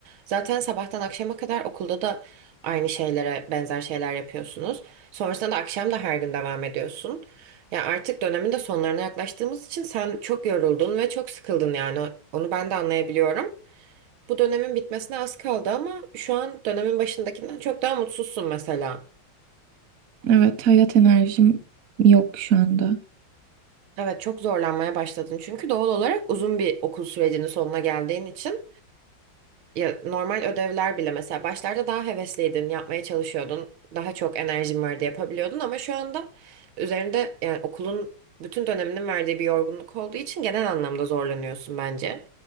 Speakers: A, on the right (about 80°); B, on the right (about 55°).
A: Zaten sabahtan akşama kadar okulda da aynı şeylere benzer şeyler yapıyorsunuz. Sonrasında da akşam da her gün devam ediyorsun. Ya artık dönemin de sonlarına yaklaştığımız için sen çok yoruldun ve çok sıkıldın yani. Onu ben de anlayabiliyorum. Bu dönemin bitmesine az kaldı ama şu an dönemin başındakinden çok daha mutsuzsun mesela.
B: Evet, hayat enerjim yok şu anda.
A: Evet çok zorlanmaya başladın çünkü doğal olarak uzun bir okul sürecinin sonuna geldiğin için Ya normal ödevler bile mesela başlarda daha hevesliydin, yapmaya çalışıyordun, daha çok enerjin vardı yapabiliyordun ama şu anda üzerinde yani okulun bütün döneminin verdiği bir yorgunluk olduğu için genel anlamda zorlanıyorsun bence.